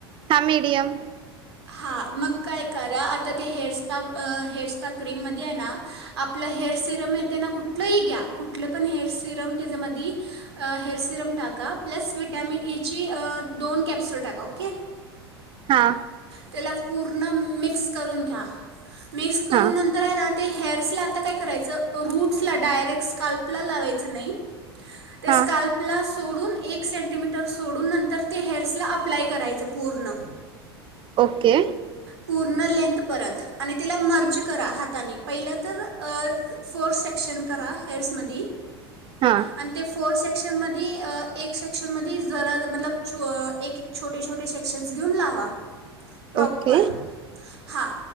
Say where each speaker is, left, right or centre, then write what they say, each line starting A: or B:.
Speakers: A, on the right; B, on the right.
A: हा मिडियम.
B: हां मग काय करा आता ते हेअरस्पा हेअरस्पा क्रीममध्ये आहे ना, आपलं हेअर सिरम येते ना कुठलंही घ्या कुठलं पण हेअर सिरम, त्याच्यामध्ये हेअर सिरम टाका प्लस विटॅमिन ईची दोन कॅप्सूल टाका ओके.
A: हा!
B: त्याला पूर्ण मिक्स करून घ्या. मिक्स करून
A: हां
B: नंतर हाय ना ते. हेअर्सला आता काय करायचं रूट्सला डायरेक्ट स्काल्पला लावायचं नाही. ते
A: हां
B: स्काल्पला सोडून एक सेंटीमीटर सोडून नंतर ते हेअर्सला अप्लाय करायचं. पूर्ण.
A: ओके.
B: पूर्ण लेंथपर्यंत आणि तिला मर्ज करा हाताने पहिलं तर अ फोर सेक्शन करा हेअर्समदी.
A: हां
B: आणि ते फोर से शन मदि अ एक सेक्शन मदि जरा मतलब छो एक छोटे छोटे सेक्शन घेऊन लावा. proper.
A: Okay
B: हां